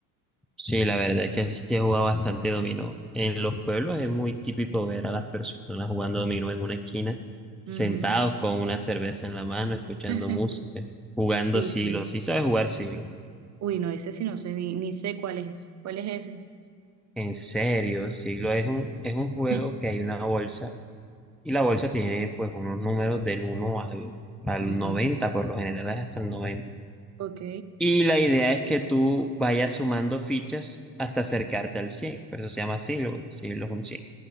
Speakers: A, in the centre; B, on the right (about 35°).
A: Sí, la verdad es que sí he jugado bastante dominó. En los pueblos es muy típico ver a las personas jugando dominó en una esquina, sentados
B: Ujú.
A: con una cerveza en la mano, escuchando
B: <laughs>
A: música, jugando
B: Sí,
A: siglo.
B: sí.
A: Sí sabes jugar siglo.
B: Uy, no, ese sí no sé, ni, ni sé cuál es. ¿Cuál es ese?
A: En serio, siglo es un, es un juego
B: <laughs>
A: que hay una bolsa y la bolsa tiene pues unos números del uno al, al
B: Ajá.
A: noventa por lo general es hasta el noventa
B: Ok.
A: Y la idea es que tú vayas sumando fichas hasta acercarte al 100. por eso se llama siglo, porque siglo es un 100.